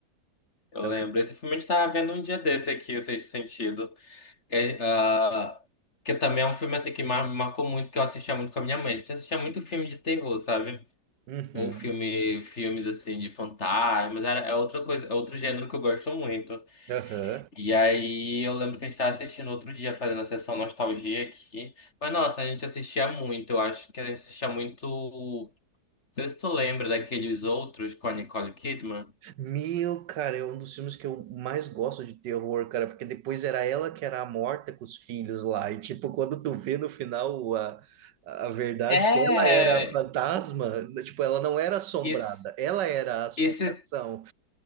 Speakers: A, on the left (about 40°); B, on the right (about 90°).
A: Eu
B: Talvez.
A: lembro. Esse filme a gente tava vendo um dia desse aqui, o Sexto Sentido. É, ah, que também é um filme assim que mar- me marcou muito, que eu assistia muito com a minha mãe. A gente assistia muito filme de terror, sabe?
B: Uhum,
A: Ou filme, filmes assim de fantasmas. Era, é outra coisa, é outro gênero que eu gosto muito.
B: aham.
A: E aí eu lembro que a gente tava assistindo outro dia, fazendo a sessão nostalgia aqui. Mas nossa, a gente assistia muito, eu acho que a gente assistia muito. Não sei se tu lembra daqueles outros com a Nicole Kidman.
B: Meu, cara, é um dos filmes que eu mais gosto de terror, cara, porque depois era ela que era a morta com os filhos lá. E, tipo, quando tu vê no final a, a verdade
A: É.
B: que ela era a fantasma, tipo, ela não era assombrada,
A: isso
B: ela era a assombração.
A: esse